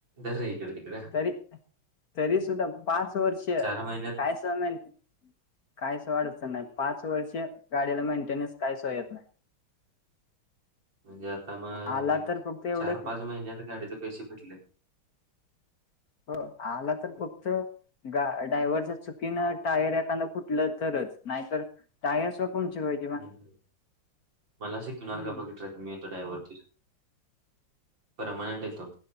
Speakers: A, on the right; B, on the left.
A: र आहे इकडे तिकडे
B: तरी तरी सुद्धा पाच वर्ष काय
A: चार महिन्यात
B: समेल ते काहीच वाढयचं नाही पाच वर्ष गाडीला मेंटेनन्स काहीच येत नाही
A: म्हणजे आता मग
B: आला तर फक्त एवढं
A: चार
B: की-
A: पाच महिन्यात गाडीचे पैसे भेटले
B: हो आला तर फक्त ग ड्रायव्हरच्या चुकीनं टायर एखादं फुटलं तरच नाहीतर ता स पण य
A: ह मला शिकवणार
B: हम्म
A: का बघित्र तम्ही येतो डायव्हर परमानंट येतो